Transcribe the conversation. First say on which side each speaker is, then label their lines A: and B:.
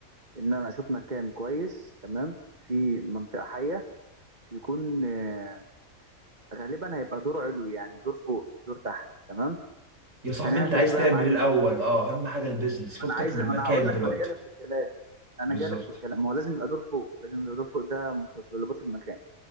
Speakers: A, on the right (about 30°); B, on the right (about 60°).
A: ان انا اشوف مكان كويس تمام في منطقه حيه يكون آه، غالبا هيبقى دور علوي يعني دور فوق مش دور تحت تمام
B: يا صاحبي
A: هنعمل
B: انت عايز
A: ايه بقى
B: تعمل
A: يا معلم
B: ايه الاول اه اهم حاجة البيزنس فكك
A: ما انا عايز
B: من
A: ما
B: المكان
A: انا هقول لك
B: دلوقتي
A: ما انا جالك في الكلام انا
B: بالظبط
A: جالك في الكلام ما هو لازم يبقى دور فوق لازم يبقى دور فوق ده متطلبات المكان